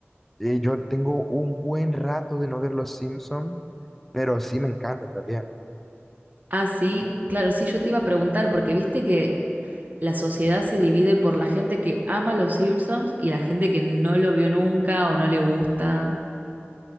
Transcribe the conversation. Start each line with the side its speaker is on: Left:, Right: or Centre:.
Centre: eh, yo tengo un buen rato de no ver los Simpson, pero sí me encantan también.
Right: Ah, sí, claro, sí, yo te iba a preguntar, porque viste que la sociedad se divide por la gente que ama Los Simpsons y la gente que no lo vio nunca o no le gusta.